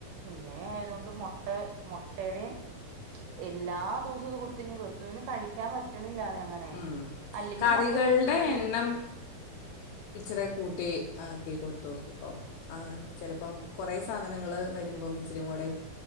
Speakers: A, on the right (about 70°); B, on the left (about 85°).
A: ഇങ്ങനെ ആയതൊണ്ട് മൊട്ട മൊട്ടടെം എല്ലാ ദിവസവുംത് കൊടുത്തഴിഞ്ഞാ വെറുത്തുപോവും കഴിക്കാൻ പറ്റണില്ലാന്നെ അങ്ങനെ
B: ഉം
A: അല്ലെങ്കി
B: കറികള്ടെ
A: മുട്ടയൊക്കെ പൊരിച്ച് ചോറ്
B: എണ്ണം ഇച്ചിരി കൂട്ടി ആക്കി കൊടുത്ത് നോക്കിക്കോ ആ ചെലപ്പം കൊറെ സാധനങ്ങള് വര്മ്പം ഇച്ചിരിം കൂടെം